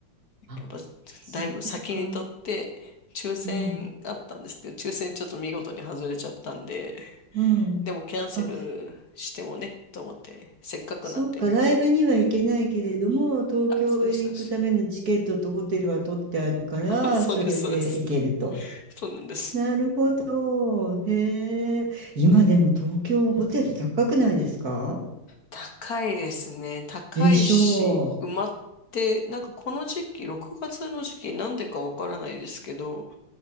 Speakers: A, on the right; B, on the left.
A: あ、
B: やっぱ
A: そうか。
B: だいぶ先に撮って、抽選あったんですけど、
A: うん。
B: 抽選ちょっと見事に外れちゃったんで、
A: うん。
B: でもキャンセルしてもね、
A: あ、
B: と思って、せっかくなんで。
A: そうか、ライブには行けないけれども、東京へ行くためのチケットとホテルは取ってあるから、
B: あ、そうです、そうです。<laughs> そうです、
A: それで行けると。
B: そうです。そうなんです。
A: なるほど。へえ。今でも東京ホテル高くないですか
B: うん、高いですね。高いし、
A: でしょ
B: 埋まって、なんかこの時期、6月の時期、なんでかわからないですけど、